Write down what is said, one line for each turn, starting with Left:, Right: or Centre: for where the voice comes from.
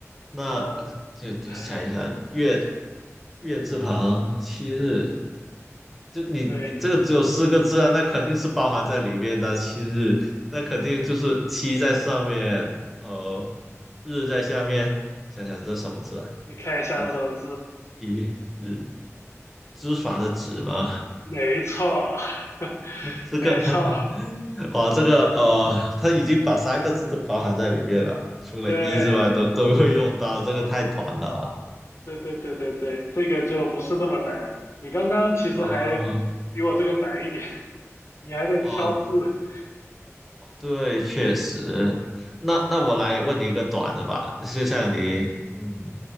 Centre: 那
Left: 呃，
Centre: 就就想一下月
Left: <laughs>
Centre: 月字旁、七日，就你你这个只有四个字啊，
Left: 对，
Centre: 那肯定是包含在里面的七日，那肯定就是七在上面，呃，日在下面。想想这是什么字啊？
Left: 你看一下是什么字？
Centre: 月。一脂脂肪的脂吗？
Left: 没错，<laughs>
Centre: 这个
Left: 没错，
Centre: <laughs> 哇，这个呃，他已经把三个字都包含在里面了，除了一之外都都会用到，
Left: 对，
Centre: 这个太短了。
Left: 对对对对对，这个就不是那么难。你刚刚其实还比我这个难一点，
Centre: 呃，
Left: 你还得挑字
Centre: 哦，对，确实。那那我来问你一个短的吧，就像你，嗯，